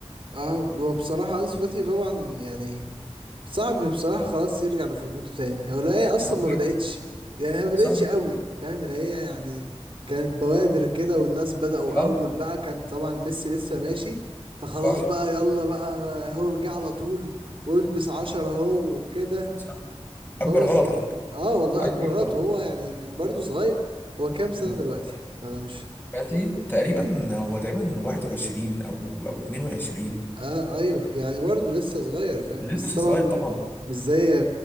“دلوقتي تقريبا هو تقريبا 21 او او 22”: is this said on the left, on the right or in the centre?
Left